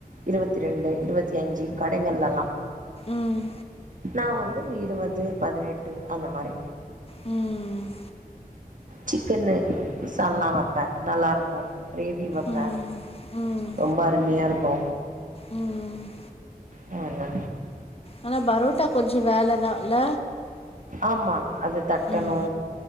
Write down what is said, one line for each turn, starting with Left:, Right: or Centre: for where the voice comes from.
Right: இருபத்தி ரெண்டு இருபத்தி அஞ்சு கடைங்கல்ல எல்லா
Left: ம்.
Right: நா வந் து இருவது பதினெட் டு அந்த மாரி
Left: ம்
Right: சிக்கன்னு மசாலால்லா வைப்பே நல்லா இருக்கு கிரேவி வைப்பே
Left: ம். ம்.
Right: ரொம்ப அருமையா இருக்கு.
Left: ம்
Right: நல்லா
Left: ஆனா பரோட்டா கொஞ்ச வேலதா இல்ல?
Right: ஆமா. அது தட்டணு
Left: ம்.